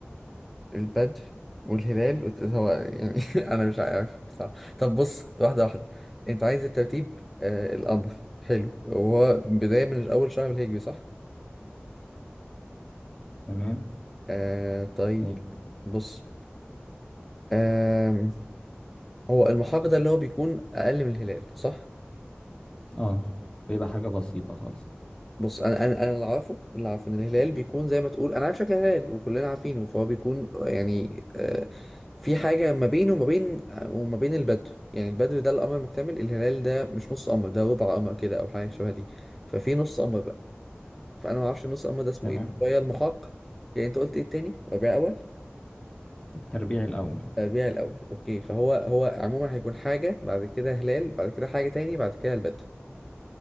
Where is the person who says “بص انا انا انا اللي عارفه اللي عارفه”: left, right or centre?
Centre